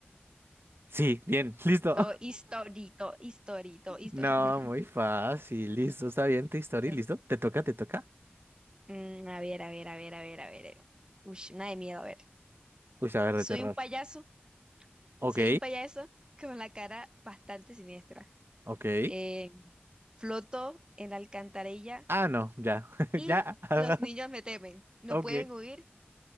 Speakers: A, on the right (about 70°); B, on the right (about 20°).
A: Sí, bien, <laughs> listo.
B: Todo historito, historito, historito.
A: No, muy fácil, listo, está bien tu historia,
B: <laughs>
A: listo. ¿Te toca, te toca?
B: Mm, a ver, a ver, a ver, a ver, a ver. Uy, nada de miedo, a ver.
A: Uy, a ver, de
B: Soy
A: terror.
B: un payaso.
A: Ok,
B: Soy un payaso con la cara bastante siniestra.
A: ok.
B: Eh, floto en la alcantarilla
A: Ah, no, ya, <laughs>
B: y
A: ya. <laughs>
B: los niños me temen. No
A: Ok.
B: pueden huir.